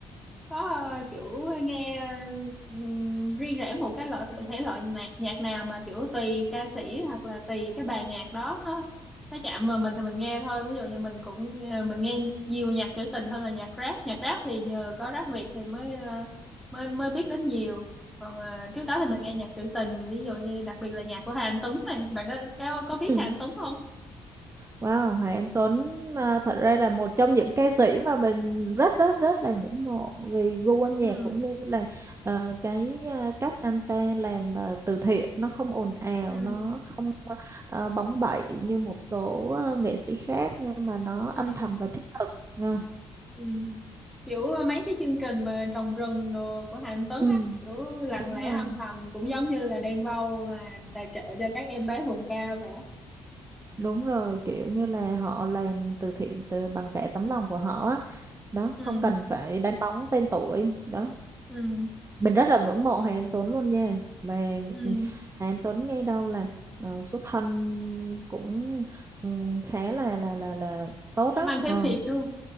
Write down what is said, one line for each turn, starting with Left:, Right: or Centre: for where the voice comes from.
Centre: có ờ, kiểu nghe ừm, riêng rẽ một cái loại thể loại nhạc, nhạc nào mà kiểu tùy ca sĩ hoặc là tùy cái bài nhạc đó nó nó chạm vào mình thì mình nghe thôi ví dụ như mình cũng ờ, mình nghe nhiều nhạc trữ tình hơn là nhạc rap nhạc rap thì nhờ có rap Việt thì mới ờ, mới mới biết đến nhiều còn ờ, trước đó thì mình nghe nhạc trữ tình ví dụ như đặc biệt là nhạc của Hà Anh Tuấn này bạn có có, có biết
Right: Ừ.
Centre: Hà Anh Tuấn không
Right: Wow, Hoàng Anh Tuấn à, thật ra là một trong những ca sĩ mà mình rất rất rất là ngưỡng mộ vì gu âm nhạc
Centre: ừ
Right: cũng như là à, cái à, cách anh ta làm à, từ thiện nó không ồn ào,
Centre: ừ
Right: nó không à, bóng bẩy như một số à, nghệ sĩ khác nhưng mà nó
Centre: ừ
Right: âm thầm và thiết thực. À,
Centre: Ừ. Kiểu ờ, mấy cái chương trình mà trồng rừng đồ của Hà Anh Tuấn
Right: ừ,
Centre: á kiểu lặng
Right: đúng
Centre: lẽ
Right: rồi,
Centre: âm thầm cũng giống như là Đen Vâu mà tài trợ cho các em bé vùng cao vậy
Right: đúng rồi, kiểu như là họ làm từ thiện từ bằng cả tấm lòng của họ á. Đó,
Centre: ừ
Right: không cần phải đánh bóng tên tuổi. Đó,
Centre: ừ
Right: mình rất là ngưỡng mộ Hà Anh Tuấn luôn nha mà
Centre: ừ
Right: Hà Anh Tuấn nghe đâu là ờ, số thân cũng ừ, khá là là là là tốt
Centre: làm
Right: đó
Centre: Anh thấy
Right: Ờ,
Centre: thiệt đúng không